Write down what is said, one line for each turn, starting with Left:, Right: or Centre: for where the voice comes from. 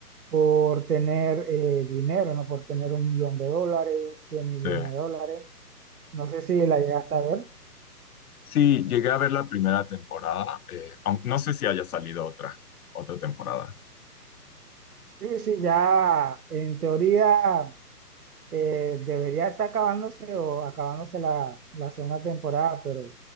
Right: por tener eh, dinero, ¿no? Por tener un millón de dólares, cien millones
Left: sí.
Right: de dólares. No sé si la llegaste a ver.
Left: Sí, llegué a ver la primera temporada. eh, aun- no sé si haya salido otra, otra temporada.
Right: Sí, sí, ya en teoría eh, debería estar acabándose o acabándose la, la segunda temporada, pero